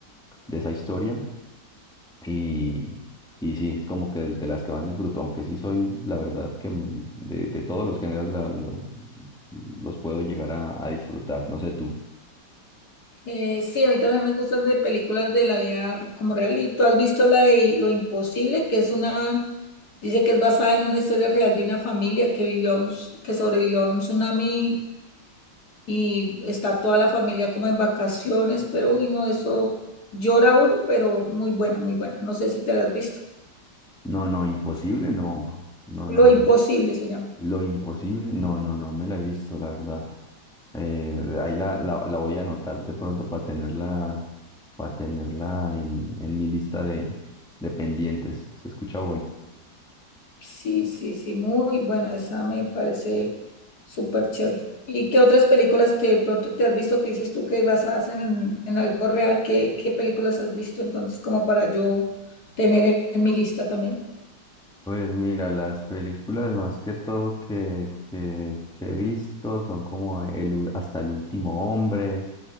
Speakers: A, in the centre; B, on the left (about 60°).
A: de esa historia y, y sí, es como que de, de las que más disfruto, aunque sí soy, la verdad, que mm, de, de todos los géneros la- la- los puedo llegar a, a disfrutar, no sé tú.
B: Eh, sí, a mí también me gustan de películas de la vida como real. ¿Y tú has visto la de Lo Imposible, que es una, dice que es basada en una historia real de una familia que vivió, a un s- que sobrevivió a un tsunami y está toda la familia como en vacaciones, pero uy, no, eso llora uno, pero muy buena, muy buena. No sé si te la has visto.
A: No, no, imposible, no, no,
B: Lo
A: no.
B: Imposible se llama.
A: Lo imposible, no, no, no me la he visto, la verdad. Eh, ahí la, la, la voy a anotar de pronto para tenerla, para tenerla en, en mi lista de, de pendientes. ¿Se escucha?
B: Sí, sí, sí, muy buena, esa me parece súper chévere. ¿Y qué otras películas te, de pronto te has visto que dices tú que basadas en, en algo real? ¿Qué, qué películas has visto entonces como para yo tener en, en mi lista también?
A: Pues mira, las películas más que todo que, que, que he visto son como el, u- Hasta el último hombre.